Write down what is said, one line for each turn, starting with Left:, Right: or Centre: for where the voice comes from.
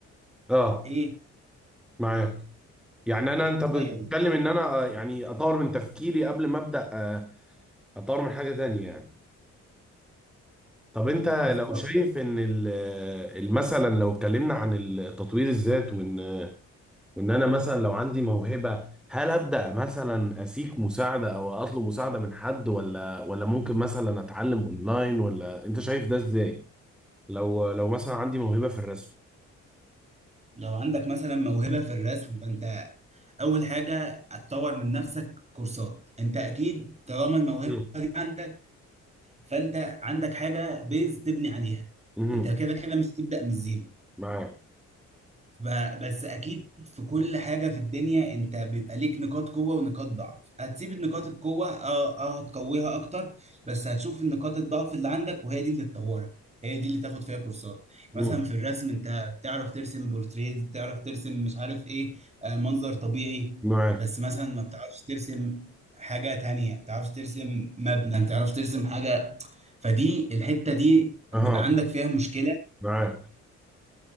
Centre: اه
Right: ايه
Centre: معاك يعني انا انت بتتكلم
Right: ايوه
Centre: ان انا آه، يعني اطور من تفكيري قبل ما ابدا آه، اطور من حاجه تانية يعني طب انت لو
Right: بالظبط
Centre: شايف ان ال- آه، ال- مثلا لو اتكلمنا عن التطوير الذات وان آه، وان انا مثلا لو عندي موهبه هل ابدا مثلا اسيك مساعده او اطلب مساعده من حد ولا ولا ممكن مثلا اتعلم اونلاين ولا انت شايف ده ازاي لو لو مثلا عندي موهبه في الرسم
Right: لو عندك مثلا موهبة في الرسم فأنت أول حاجة هتطور من نفسك كورسات أنت أكيد طالما الموهبة
Centre: مم.
Right: دي عندك فأنت عندك حاجة بيز تبني عليها
Centre: مم.
Right: أنت كده كده مش تبدأ من الزيرو
Centre: معاك
Right: ب- بس اكيد في كل حاجه في الدنيا انت بيبقى ليك نقاط قوه ونقاط ضعف هتسيب النقاط القوه اه اه هتقويها اكتر بس هتشوف النقاط الضعف اللي عندك وهي دي اللي تطورها هي دي اللي تاخد فيها كورسات مثلا
Centre: مم.
Right: في الرسم انت تعرف ترسم بورتريز تعرف ترسم مش عارف ايه آه منظر طبيعي
Centre: معاك
Right: بس مثلا ما بتعرفش ترسم حاجه تانية ما بتعرفش ترسم مبنى ما بتعرفش ترسم حاجه فدي الحته دي
Centre: اها
Right: بيبقى عندك فيها مشكله
Centre: معاك